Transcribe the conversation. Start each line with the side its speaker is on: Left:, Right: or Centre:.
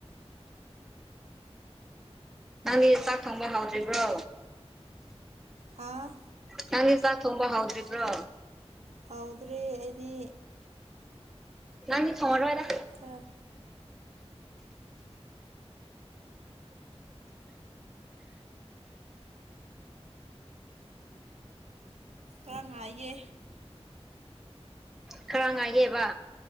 Centre: ꯅꯪꯗꯤ ꯆꯥꯛ ꯊꯣꯡꯕ ꯍꯥꯎꯗ꯭ꯔꯤꯕ꯭ꯔꯣ?
Right: ꯍꯥꯥ
Centre: ꯅꯪꯗꯤ ꯆꯥꯛ ꯊꯣꯡꯕ ꯍꯥꯎꯗ꯭ꯔꯤꯕ꯭ꯔꯣ?
Right: ꯍꯥꯎꯗ꯭ꯔꯤ ꯑꯩꯗꯤ
Centre: ꯅꯪꯗꯤ ꯊꯣꯡꯉꯔꯣꯢꯗ
Right: ꯈꯔ ꯈꯔꯥ ꯉꯥꯏꯒꯦ
Centre: ꯈꯔ ꯉꯥꯏꯒꯦꯕ